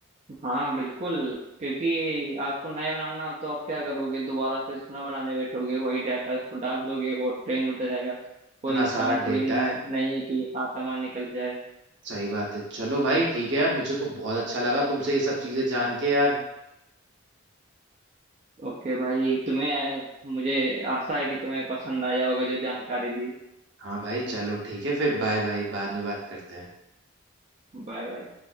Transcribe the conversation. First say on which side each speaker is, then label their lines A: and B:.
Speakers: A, on the right; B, on the right.
A: हाँ बिल्कुल क्योंकि आपको नया बनाना तो आप क्या करोगे दोबारा फिर से नया बनाने बैठोगे वही डाटा उसको डाल दोगे वो ट्रेंड उठ जाएगा कोई
B: इतना
A: इंसान
B: सारा
A: थोड़ी
B: डेटा
A: न,
B: है
A: न, नहीं है कि आत्मा निकल जाए
B: सही बात है चलो भाई ठीक है यार मुझे तो बहुत अच्छा लगा तुमसे ये सब चीजें जान के यार
A: ओके भाई तुम्हें मुझे आशा है कि तुम्हें पसंद आया होगा जो जानकारी दी
B: हाँ भाई चलो ठीक है फिर बाय बाय बाद में बात करते हैं
A: Bye bye